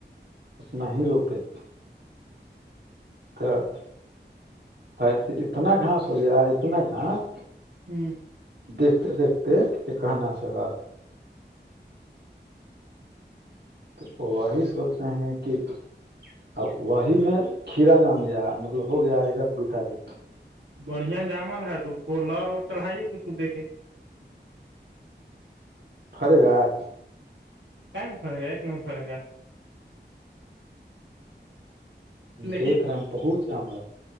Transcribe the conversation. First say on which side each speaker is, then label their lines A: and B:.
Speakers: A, on the right; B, on the right.
A: اپنا ہی روپے ت <inaudible> <unintelligible> ہسے اتنا گھاس ہو گیا اتنا گھاس
B: ہوں <inaudible> <unintelligible>
A: دیکھتے دیکھتے کہ کہنا سے ہوت تو وہی سوچتے ہیں کہ ا وہی میں کھیرا جام گیا ہے مطلب ہو گیا ایکک بیٹ کے
B: بڑھیا جامل ہے تو اس کو لر اور چڑھائیے کچھ دے کے
A: خری رات
B: کیا نہیں پڑے گا ایک نمبر پڑے گا لیکن
A: دیکھ رہے ہیں بہت ہی جم ہ